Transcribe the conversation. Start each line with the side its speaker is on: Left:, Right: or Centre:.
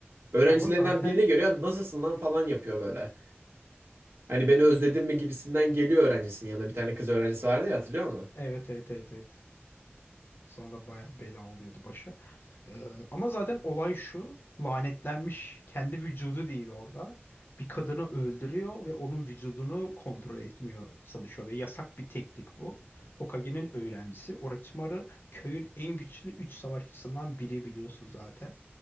Right: Öğrencilerinden
Left: Ama zaten
Right: birini görüyor. Nasılsın lan falan yapıyor böyle. Hani beni özledin mi gibisinden geliyor öğrencisinin yanına. Bir tane kız öğrencisi vardı ya hatırlıyor musun?
Left: evet evet evet evet. Sonra baya bela oluyordu başa. Ee, ama zaten olay şu. Lanetlenmiş kendi vücudu değil orada. Bir kadını öldürüyor ve onun vücudunu kontrol etmiyor çalışıyor ve yasak bir teknik bu. Hokage'nin öğrencisi Orochimaru köyün en güçlü 3 savaşçısından biri biliyorsun zaten.